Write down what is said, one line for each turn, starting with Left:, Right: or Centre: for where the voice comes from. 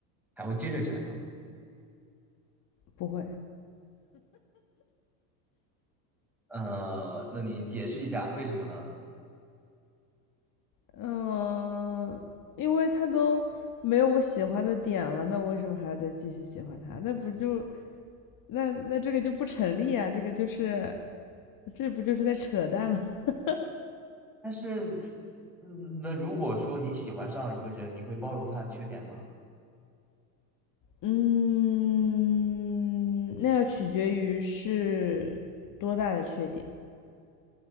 Centre: 还会接着喜欢他吗？
Left: 不会。
Centre: 呃，那你解释一下为什么呢？
Left: 嗯、因为他都没有我喜欢的点了，那我为什么还要再继续喜欢他？那不就那那这个就不成立啊？这个就是这不就是在扯淡吗？<laughs>
Centre: 但是，嗯，那如果说你喜欢上了一个人，你会包容他的缺点吗？
Left: 嗯，那要取决于是多大的缺点。